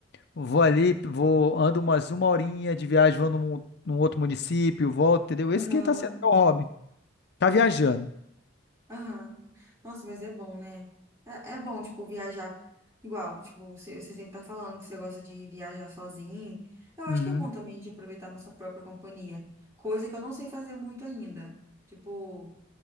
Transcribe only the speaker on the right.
aham,
aham. Nossa, mas é bom, né? É, é bom, tipo, viajar igual. Tipo, você, você sempre tá falando que você gosta de viajar sozinho. Eu
acho que é bom também de aproveitar a nossa própria companhia. Coisa que eu não sei fazer muito ainda. Tipo,